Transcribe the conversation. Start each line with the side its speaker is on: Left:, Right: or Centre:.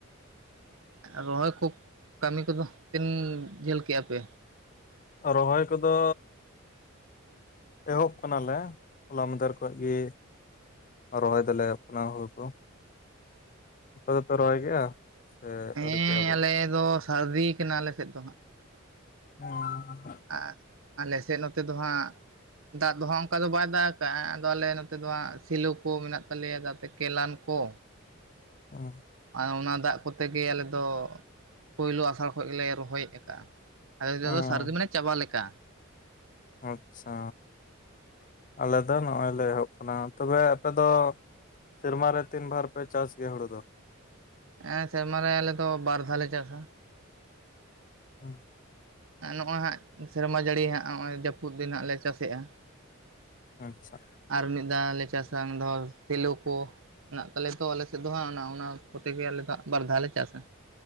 Right: ᱨᱚᱦᱚᱭ ᱠᱚ, ᱠᱟᱹᱢᱤ ᱠᱚᱫᱚ ᱛᱤᱱ ᱡᱷᱟᱹᱞ ᱠᱮᱜᱼᱟ ᱯᱮ?
Left: ᱨᱚᱦᱚᱭ ᱠᱚᱫᱚ ᱮᱦᱚᱵ ᱟᱠᱟᱱᱟᱞᱮ, ᱦᱚᱞᱟ ᱢᱟᱫᱷᱮᱨ ᱠᱷᱚᱡ ᱜᱮ᱾ ᱨᱚᱦᱚᱭ ᱫᱚ ᱞᱮ ᱮᱦᱚᱯ ᱠᱟᱱᱟ ᱦᱩᱲᱩ ᱠᱚ᱾ <unintelligible> ᱯᱮ ᱨᱚᱦᱚᱭ ᱜᱮᱭᱟ ᱥᱮ
Right: ᱦᱮᱸ
Left: ᱟᱣᱨᱤ ᱯᱮ ᱮᱦᱚᱵᱚᱜ-ᱟ?
Right: ᱟᱞᱮ ᱫᱚ ᱥᱟᱹᱨᱫᱤ ᱠᱟᱱᱟ ᱟᱞᱮ ᱥᱮᱫ ᱫᱚ
Left: <unintelligible>
Right: <unintelligible> ᱟᱞᱮᱥᱮᱫ ᱱᱚᱛᱮ ᱫᱚ ᱦᱟᱸᱜ ᱫᱟᱜ ᱫᱚ ᱦᱟᱸᱜ ᱚᱸᱠᱟ ᱫᱚ ᱵᱟᱭ ᱫᱟᱜ ᱠᱟᱜ-ᱟ, ᱟᱫᱚ ᱟᱞᱮ ᱱᱚᱛᱮ ᱫᱚ ᱦᱟᱸᱜ ᱥᱤᱞᱩ ᱠᱚ ᱢᱮᱱᱟᱜ ᱛᱟᱞᱮᱭᱟ ᱫᱟᱛᱮ <unintelligible> ᱠᱮᱞᱟᱱ ᱠᱚ᱾
Left: ᱩᱸ <unintelligible>
Right: ᱟᱨ ᱚᱱᱟ ᱫᱟᱜ ᱠᱚᱛᱮ ᱜᱮ ᱟᱞᱮ ᱫᱚ ᱯᱳᱭᱞᱳ ᱟᱥᱟᱲ ᱠᱷᱚᱡ ᱜᱮᱞᱮ ᱨᱚᱦᱚᱭ ᱟᱠᱟᱜᱼᱟ᱾ <unintelligible>
Left: ᱦᱩᱸ
Right: ᱥᱟᱹᱨᱫᱤ ᱢᱟᱱᱮ ᱪᱟᱵᱟ ᱞᱮᱠᱟ?
Left: ᱟᱪᱷᱟ, ᱟᱞᱮ ᱫᱚ ᱱᱚᱜᱼᱚᱭ ᱞᱮ ᱮᱦᱚᱵ ᱟᱠᱟᱱᱟ ᱛᱚᱵᱮ ᱟᱯᱮ ᱫᱚ ᱥᱮᱨᱢᱟ ᱨᱮ ᱛᱤᱱ ᱵᱟᱨ ᱯᱮ ᱪᱟᱥ ᱜᱮᱭᱟ ᱦᱩᱲᱩ ᱫᱚ?
Right: ᱮᱸ ᱥᱮᱨᱢᱟ ᱨᱮ ᱟᱞᱮ ᱫᱚ ᱵᱟᱨ ᱫᱷᱟ ᱞᱮ ᱪᱟᱥᱟ᱾
Left: ᱩᱸ᱾
Right: ᱱᱚᱜᱼᱚᱭ ᱦᱟᱸᱜ ᱥᱮᱨᱢᱟ ᱡᱟᱹᱲᱤ ᱦᱟᱸᱜ ᱱᱚᱜᱼᱚᱭ ᱡᱟᱹᱯᱩᱫ ᱫᱤᱱ ᱦᱟᱸᱜ ᱞᱮ ᱪᱟᱥᱮᱜ-ᱟ᱾
Left: ᱟᱸᱪᱪᱷᱟ᱾
Right: ᱟᱨ ᱢᱤᱫ ᱫᱷᱟᱣ ᱞᱮ ᱪᱟᱥᱟ, ᱚᱱᱟ ᱫᱚ ᱥᱤᱞᱩ ᱠᱚ᱾ ᱦᱮᱱᱟᱜ ᱛᱟᱞᱮ ᱛᱚ ᱟᱞᱮᱥᱮᱫ ᱫᱚ ᱦᱟᱸᱜ ᱚᱱᱟ ᱚᱱᱟ ᱠᱚᱛᱮ ᱜᱮ ᱟᱞᱮ ᱫᱟᱜ ᱵᱟᱨᱫᱷᱟᱣ ᱞᱮ ᱪᱟᱥᱟ᱾